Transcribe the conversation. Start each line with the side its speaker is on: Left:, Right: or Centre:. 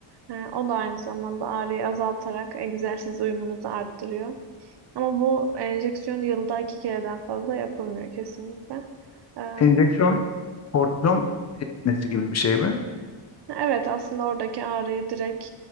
Right: Ee, o da aynı zamanda ağrıyı azaltarak egzersiz uyumunuzu arttırıyor. Ama bu e, enjeksiyon yılda iki kereden fazla yapılmıyor kesinlikle. Ee,
Left: Enjeksiyon kortizon iğnesi gibi bir şey mi?
Right: evet aslında oradaki ağrıyı direkt